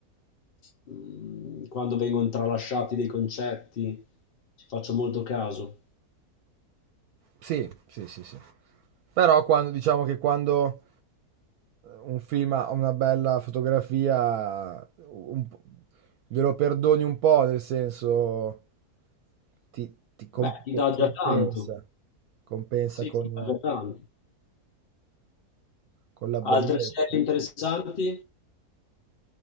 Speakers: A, on the left; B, on the right.
A: mh, quando vengono tralasciati dei concetti, ci faccio molto caso.
B: Sì, sì, sì, sì. Però quando diciamo che quando un film ha una bella fotografia, un po' glielo perdoni un po', nel senso ti, ti comp-
A: Beh, ti dà già
B: compensa,
A: tanto,
B: compensa
A: sì,
B: con,
A: ti dà già tanto.
B: con la bellezza.
A: Altre serie interessanti?